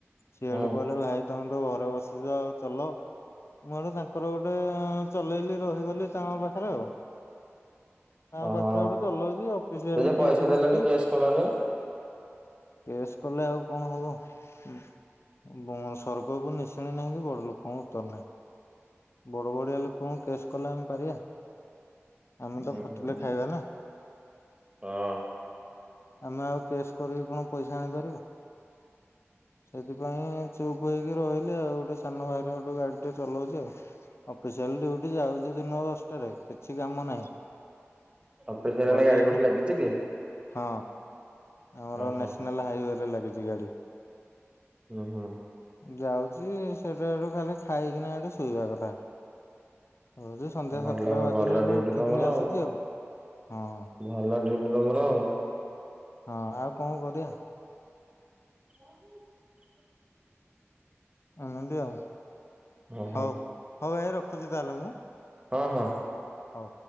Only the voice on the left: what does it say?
ସିଏଆଡୁ
କହିଲେ ଭାଇ ତମେ ତ ଘରେ ବସିଛ ଆଉ ଚଲ। ମୁଁ ଆଡେ ତାଙ୍କର ଗୋଟେ ଚଲେଇଲି ରହିଗଲି ତାଙ୍କ ପାଖରେ ଆଉ। ତାଙ୍କ
ପାଖରେ ଏବେ ଚଲୋଉଛି ଅଫିସ ଗଲେ
ଡ୍ୟୁଟି
କରୁଛି।
କେସ୍ କଲେ ଆଉ କଣ ହବ? ହୁ ବଁ ସ୍ବର୍ଗକୁ ନିଶୁଣି ନାହିଁ କି ବଡ ଲୋକଙ୍କୁ ଉତ୍ତର ନାହିଁ। ବଡ ବଡିଆ ଲୋକଙ୍କୁ କେସ୍ କଲେ ଆମେ ପାରିବା ଆମେ
ତ ଖଟିଲେ
ଖାଇବା ନା।
ଆମେ ଆଉ କେସ୍ କରିକି କଣ ପଇସା ଆଣିପାରିବୁ? ସେଥିପାଇଁ ଚୁପ୍ ହୋଇକି ରହିଲେ ଆଉ ଗୋଟେ ସାନ ଭାଇର ଗୋଟେ ଗାଡ଼ିଟା ଚଲାଉଛି ଆଉ। ଅଫିସିଆଲ ଡ୍ୟୁଟି ଯାଉଛି, ଦିନ ଦଶଟାରେ କିଛି କାମ ନାହିଁ।
ଗଲେ
ହେଲେ
ହଁ, ଆମର
ନ୍ୟାସନାଲ ହାଇୱେ ରେ ଲାଗିଛି ଗାଡି।
ଯାଉଛି, ସେଟା ଏଠୁ ଖାଲି ଖାଇକିନା, ଏଠୁ ଶୋଇବା କଥା। <inaudible> ସନ୍ଧ୍ୟା
ସାତଟା ବାଜିଲୋରୁ
ଉଠିକିନି
ଆସୁଛି ଆଉ, ହଁ।
ହଁ, ଆଉ କଣ କରିବା?
ହଁ, ଏମନ୍ତି ଆଉ।
ହଉ ହଉ ଭାଇ, ରଖୁଛି ତାହେଲେ ମୁଁ।
ହଉ।